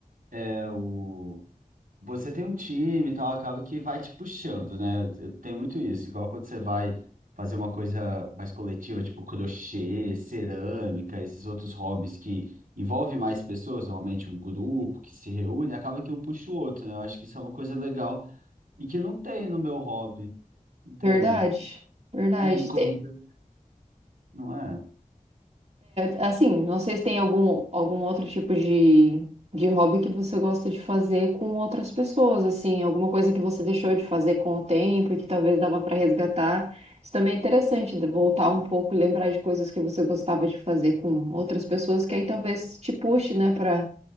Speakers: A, on the right; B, on the right.
A: é, o você tem um time e tal, acaba que vai te puxando, né? Tem muito isso, igual quando você vai fazer uma coisa mais coletiva, tipo crochê, cerâmica, esses outros hobbies que envolve mais pessoas, normalmente um grupo que se reúne, acaba que um puxa o outro, né? Eu acho que isso é uma coisa legal e que não tem no meu hobby. Não tem,
B: Verdade,
A: né?
B: verdade.
A: É, em corrida, não é?
B: Assim, não sei se tem algum, algum outro tipo de, de hobby que você gosta de fazer com outras pessoas, assim, alguma coisa que você deixou de fazer com o tempo e que talvez dava para resgatar. Isso também é interessante, de voltar um pouco e lembrar de coisas que você gostava de fazer com outras pessoas, que aí talvez te puxe, né, para